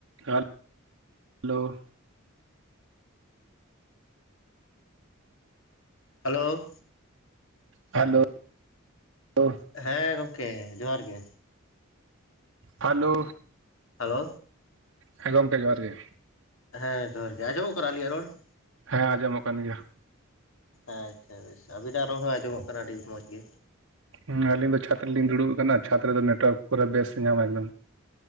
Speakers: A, on the right; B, on the left.
A: ᱦᱮᱞ ᱞᱳ
B: hello
A: hello hello
B: ᱦᱮᱸ ᱜᱚᱢᱠᱮ ᱡᱚᱦᱟᱨ ᱜᱮ
A: ᱦᱮᱞᱳ!
B: ᱦᱮᱞᱳ
A: ᱦᱮᱸ ᱜᱚᱢᱠᱮ ᱡᱚᱦᱟᱨ ᱜᱮ᱾
B: ᱦᱮᱸ ᱡᱚᱦᱟᱨ ᱜᱮ, ᱟᱸᱡᱚᱢᱚᱜ ᱠᱟᱱᱟ ᱟᱞᱤᱧᱟᱜ ᱨᱚᱲ?
A: ᱦᱮᱸ ᱟᱸᱡᱚᱢᱚᱜ ᱠᱟᱱ ᱜᱮᱭᱟ᱾
B: ᱟᱪᱪᱷᱟ ᱵᱮᱥ ᱟᱹᱵᱤᱱᱟᱜ ᱨᱚᱲ ᱦᱚᱸ ᱟᱸᱡᱚᱢᱚᱜ ᱠᱟᱱᱟ ᱟᱹᱰᱤ ᱢᱚᱡᱽ ᱜᱮ᱾
A: ᱦᱩᱸ ᱟᱞᱤᱧ ᱫᱚ ᱪᱷᱟᱛ ᱨᱮᱞᱤᱧ ᱫᱩᱲᱩᱵ ᱟᱠᱟᱱᱟ ᱪᱷᱟᱛ ᱨᱮᱫᱚ ᱱᱮᱴᱣᱟᱨᱠ ᱯᱩᱨᱟᱹ ᱵᱮᱥ ᱧᱟᱢᱟᱭ ᱮᱠᱫᱚᱢ᱾